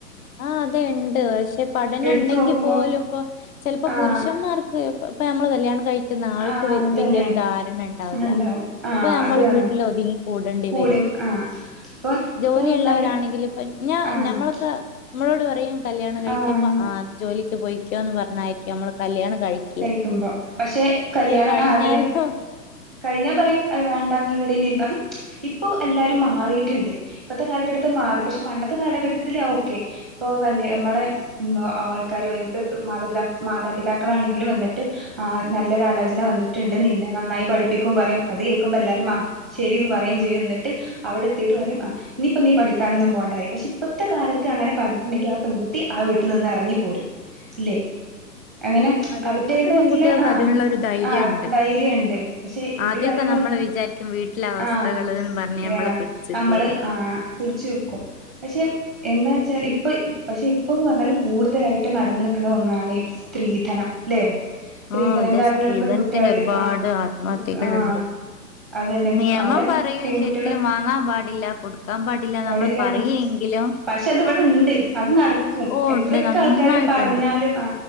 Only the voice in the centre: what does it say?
എടുത്തു
നോക്കുമ്പോ
ആഹ്
ആഹ് അതന്നെ
ഉണ്ടാവും ആഹ്
അതാണ്
കൂടും
ആഹ് ഇപ്പൊ
ഇപ്പൊ പറഞ്ഞാല്
ആഹ്
ആഹ്
തഹക്കുമ്പോ പക്ഷെ കല്യാണം
ആ അതെ കഴിഞ്ഞാ പറയും അ വേണ്ട നീ ഇവിടെന്നണ്ടത് ഇപ്പോ എല്ലാരും മാറിയിട്ടുണ്ട് ഇപ്പത്തെ കാലഘട്ടത്ത് മാറി പക്ഷെ പണ്ടത്തെ കാലഘട്ടത്തില് ഓക്കെ ഇപ്പോൾ വല് നമ്മുടെ ആൾക്കാർ ഇ മാതാി മാതാപിതാക്കളാണെങ്ക വിട്ട് ആ നല്ലൊരലോചന വന്നിട്ടുണ്ട് നിന്നെ നന്നായി പഠിപ്പിക്കും പറയും അത് കേൾക്കുമ്പോൾ എല്ലാവരും ആ ശരിന്ന് പറയും ചെയ്തു എന്നിട്ട് അവിടെ എത്തിീട്ട് പറയും ആ ഇനിയിപ്പ നീ പഠിക്കാനൊന്നും പോകണ്ടായി പക്ഷെ ഇപ്പഴത്തെ കാലത്ത് അങ്ങനെ പറഞ്ഞിട്ടുണ്ടെങ്കിൽ ആ പെൺകുട്ടി ആ വീട്ടിൽ നിന്ന് ഇറങ്ങി പോരും അല്ലെ അങ്ങനെ
അവരുേതായിട്ടുള്ള
ആ
ആ
ധൈര്യംുണ്ട് പക്ഷെ ഒരു
കാര്യം പറയാൻ
ആഹ
നമ്മള് ആഹ പിടച്ച്ു വെക്കും പക്ഷെ എന്താ വച്ചാൽ ഇപ്പൾ പക്ഷെ ഇപ്പോൾന്ന് പറഞ്ഞാൽ കൂടുതലായിട്ട് നടന്ന് നിൽക്കുന്ന ഒന്നാണ് സ്ത്രീധനം ല്ലെ സ്ത്രീധനം
കാരണാണ്
പെൺകുട്ടികള്
ആഹ്
ആഹ് അതന്നെ
അവിടെ
പെൺകുട്ടികളും
പാടില്ലാന്നോ
പക്ഷെ അത് ഇവിടെ ഉണ്ട് അത് നടക്കും
എത്രയൊക്കെ
ആൾക്കാരോട് പറഞ്ഞാലും ആ